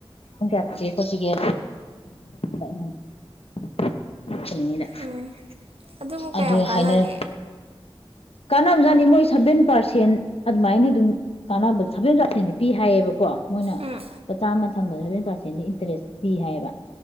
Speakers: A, on the left; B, on the right.
A: ꯄꯨꯡ ꯀꯌꯥ ꯆꯤꯒꯦ ꯈꯣꯠꯒꯦꯠꯅꯤꯡꯉꯤꯗ
B: ꯎꯝ ꯑꯗꯨꯕꯨ ꯀꯌꯥꯝ
A: ꯑꯗꯨ
B: ꯀꯥꯟꯅꯒꯦ
A: ꯍꯥꯏꯅꯔꯦ ꯀꯥꯟꯅꯕꯖꯥꯠꯅꯤ ꯃꯣꯏ ꯁꯚꯦꯟ ꯄꯥꯔꯁꯦꯟ ꯑꯗꯨꯃꯥꯏꯅꯗꯤ ꯑꯗꯨꯝ ꯀꯥꯟꯅꯕ ꯁꯚꯦꯟ ꯄꯥꯔꯁꯦꯟꯗꯤ ꯄꯤ ꯍꯥꯏꯌꯦꯕꯀꯣ ꯃꯣꯏꯅ
B: ꯎꯝ
A: ꯃ ꯆꯥꯝꯃ ꯊꯝꯕꯗ ꯁꯚꯦꯟ ꯄꯥꯔꯁꯦꯟꯗꯤ ꯏꯟꯇꯔꯦꯁ ꯄꯤ ꯍꯥꯏꯌꯦꯕ